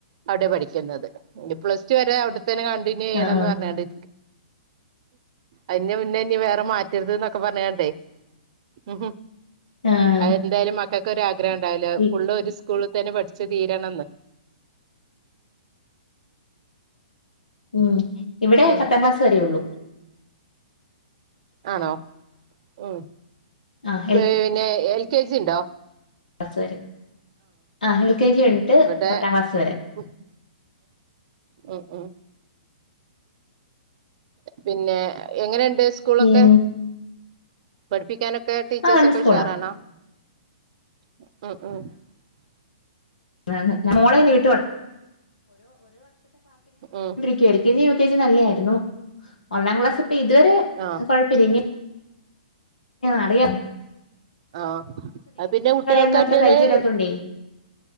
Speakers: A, on the right; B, on the left.
A: അവിടെ പഠിക്കുന്നത് പ്ലസ് ടു വരെ അവിടെത്തന്നെ കണ്ടിന്യൂ ചെയ്യണം
B: ആഹ്
A: എന്ന്
B: ആഹ്
A: പറഞ്ഞണ്ട്.. അന്റെ മുന്നേ ഇനി വേറെ മാറ്റരുത് എന്നൊക്കെ പറയണ്ടേ.. ഉ
B: ആഹ്
A: അ എന്തായാലും മക്കൾക്കൊരു ആഗ്രഹം ഉണ്ടാവില്ല
B: ഇ
A: ഫുള് ഒരു. സ്കൂളിൽ തന്നെ പഠിച്ചു തീരണംന്ന്..
B: ഉം ഇവിടെ
A: ഉം
B: പത്താം ക്ലാസ് വരേയുള്ളൂ..
A: ആണോ ഉ
B: ആഹ്
A: പി പിന്നെ എൽ കെ ജി ഉണ്ടോ..
B: പ ആ എൽ കെ ജി...
A: ട്ടെ
B: പത്താം ക്ലാസ് വരെ
A: ഉ ഉ ഉ <unintelligible> പിന്നെ എങ്ങനെണ്ട് സ്കൂളൊക്കെ..
B: ഉം
A: പഠിപ്പിക്കാനൊക്കെ ടീച്ചേഴ്സൊക്കെ
B: ആഹ് നല്ല സ്കൂളാ
A: ഉഷാറാണാ.. <unintelligible>
B: <unintelligible> ൽ
A: ഉം
B: കെ ജി നല്ലത് ആരുന്നു.. ഒന്നാം ക്ലാസിപ്പോ ഇതുവരെ
A: ആഹ്
B: കുഴപ്പമില്ല.. ഇനിപ്പോ അറിയ,
A: ആഹ പിന്നെ കുട്ടികൾക്ക്
B: ഒന്നും
A: അതിന്റേതായ..
B: അത്ര പരിചയമില്ലാത്തോണ്ടേ